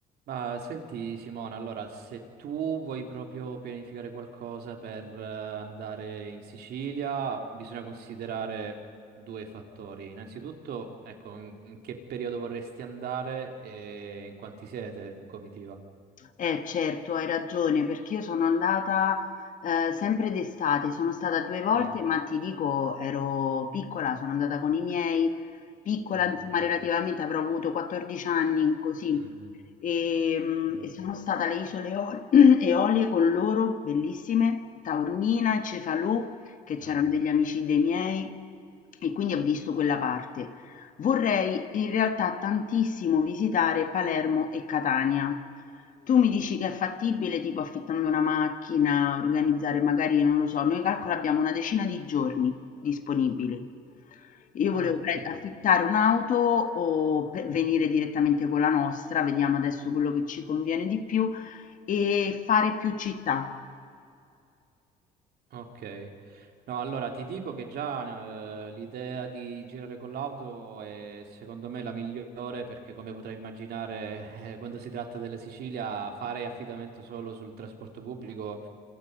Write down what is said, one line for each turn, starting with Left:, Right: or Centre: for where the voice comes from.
Right: Ma senti Simona, allora se tu vuoi proprio pianificare qualcosa per eh, andare in Sicilia, bisogna considerare due fattori. Innanzitutto, ecco, in in che periodo vorresti andare e in quanti siete in comitiva?
Left: Eh certo, hai ragione, perché io sono andata eh, sempre d'estate, sono stata due volte,
Right: Mm.
Left: ma ti dico, ero piccola, sono andata con i miei, piccola,
Right: Ah,
Left: insomma,
Right: ok.
Left: relativamente avrò avuto 14 anni, così,
Right: Mhm.
Left: e, mhmm,
Right: Vabbè,
Left: e sono stata alle isole Eol <clears throat> Eolie con loro, bellissime, Taormina, Cefalù, che
Right: bello.
Left: c'erano degli amici dei miei e quindi ho visto quella parte. Vorrei in realtà tantissimo visitare Palermo e Catania. Tu mi dici che è fattibile, tipo affittando una macchina, organizzare magari, non lo so, noi calcola abbiamo una decina di giorni disponibili. Io
Right: Ah,
Left: volevo
Right: ok.
Left: pre- affittare un'auto o pe- venire
Right: Mhm.
Left: direttamente con la nostra, vediamo adesso quello che ci conviene di più e fare più città.
Right: Ok, no, allora ti dico che già eh, l'idea di girare con l'auto è secondo me la migliore perché come potrai immaginare <laughs> eh, quando si tratta della Sicilia fare affidamento solo sul trasporto pubblico